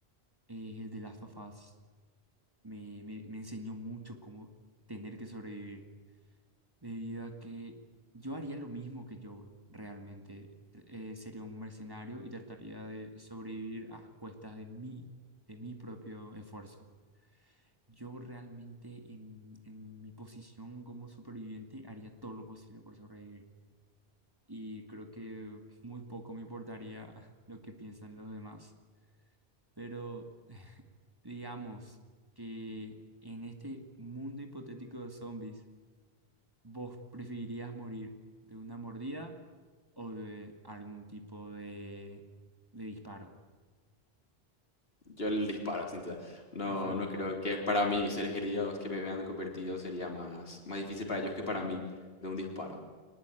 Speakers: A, on the right; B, on the left.
A: es el de Last of Us. me, me, me enseñó mucho cómo tener que sobrevivir, debido a que yo haría lo mismo que yo realmente. Eh, eh, sería un mercenario y trataría de sobrevivir a cuestas de mí, de mi propio esfuerzo. Yo realmente en, en mi posición como superviviente haría todo lo posible por sobrevivir y creo que muy poco me importaría <laughs> lo que piensan los demás. Pero digamos que en este mundo hipotético de zombies, ¿Vos preferirías morir de una mordida o de algún tipo de, de disparo?
B: Yo el disparo, sin duda. No,
A: De faro,
B: no creo que para mis seres queridos que me vean convertido sería más, más difícil para ellos que para mí de un disparo.